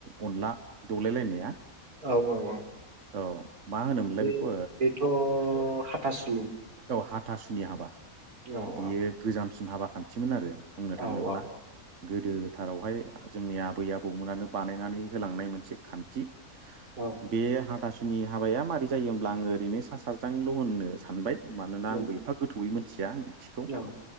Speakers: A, on the right; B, on the right.
A: अनला दौलायलायनाया
B: औ औ औ।
A: औ। मा होनोमोनलाय
B: बे
A: बेखौ
B: बेथ' हाथासुनि।
A: औ हाथासुनि हाबा
B: औ
A: बियो
B: औ
A: गोजामसिन हाबा खान्थिमोन आरो। बुंनो थाङोब्ला
B: औ औ
A: गोदो फोथारावहाय जोंनि आबै आबौमोनानो बानायनानै होलांनाय मोनसे खान्थि
B: औ
A: बे हाथासुनि हाबाया मारै जायो होनब्ला आङो ओरैनो सा साज्रांल' होननो सानबाय मानोना
B: नंगौ
A: आंबो एफा गोथौयै मोनथिया ओंथिखौ
B: औ